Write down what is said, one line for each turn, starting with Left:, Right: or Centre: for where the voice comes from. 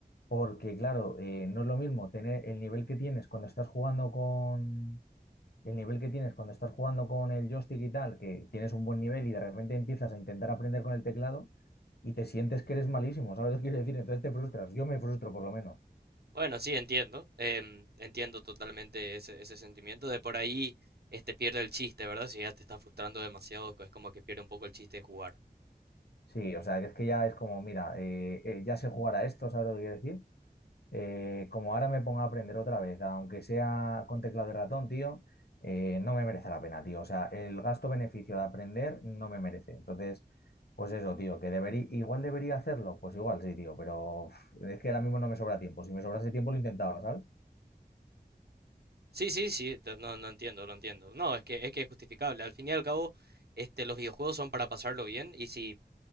Left: porque, claro, eh, no es lo mismo tener el nivel que tienes cuando estás jugando con el nivel que tienes cuando estás jugando con el joystick y tal, que tienes un buen nivel y de repente empiezas a intentar aprender con el teclado y te sientes que eres malísimo, ¿sabes lo que quiero decir? Entonces te frustras. Yo me frustro por lo menos.
Right: Bueno, sí, entiendo. em, entiendo totalmente ese, ese sentimiento. De por ahí este pierde el chiste, ¿verdad? Si ya te está frustrando demasiado, es como que pierde un poco el chiste de jugar.
Left: Sí, o sea, que es que ya es como, mira, eh, eh, ya sé jugar a esto, ¿sabes lo que quiero decir? Eh, como ahora me ponga a aprender otra vez, aunque sea con teclado de ratón, tío, eh, no me merece la pena, tío. O sea, el gasto-beneficio de aprender no me merece. Entonces, pues eso, tío, que debería, igual debería hacerlo, pues igual sí, tío, pero uf, es que ahora mismo no me sobra tiempo. Si me sobrase tiempo lo intentaba, ¿sabes?
Right: Sí, sí, sí, te- no, no entiendo, lo entiendo. No, es que, es que es justificable. Al fin y al cabo, este, los videojuegos son para pasarlo bien y si